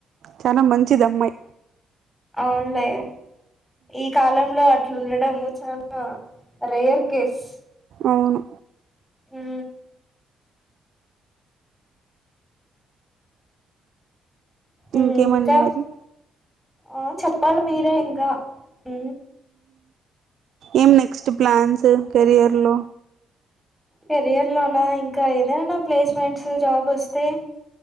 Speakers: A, on the right; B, in the centre.
A: చాలా మంచిది. అమ్మాయి
B: అవునులే ఈ కాలంలో అట్లుండడము చాలా రేయర్ కేస్
A: అవును
B: హ్ ఉమ్
A: ఇంకేమండి
B: ఇంకా
A: మరి
B: ఆ చెప్పాలి మీరే ఇంకా హ్
A: ఏం నెక్స్ట్ ప్లాన్స్ కెరియర్ లో
B: కెరియర్ లోనా ఇంకా ఏదైనా ప్లేస్మెంట్స్ జాబ్ వోస్తే